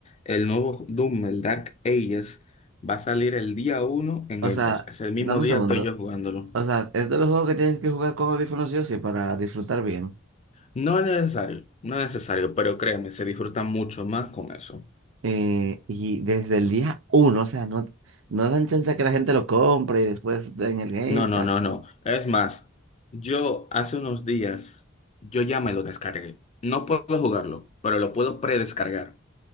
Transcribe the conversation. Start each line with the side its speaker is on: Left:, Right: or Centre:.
Left: el nuevo Doom, el Dark Ages, va a salir el día uno en
Right: O
Left: Game
Right: sea,
Left: Pass. Es el mismo
Right: dame
Left: día
Right: un segundo.
Left: estoy yo jugándolo.
Right: O sea, es de los juegos que tienes que jugar con audífonos sí o sí para disfrutar bien.
Left: No es necesario, no es necesario, pero créeme, se disfruta mucho más con eso.
Right: Eh, y desde el día uno, o sea, no, no dan chance a que la gente lo compre y después den el Game
Left: No, no,
Right: Pass
Left: no, no. Es más, yo hace unos días, yo ya me lo descargué. No puedo jugarlo, pero lo puedo predescargar.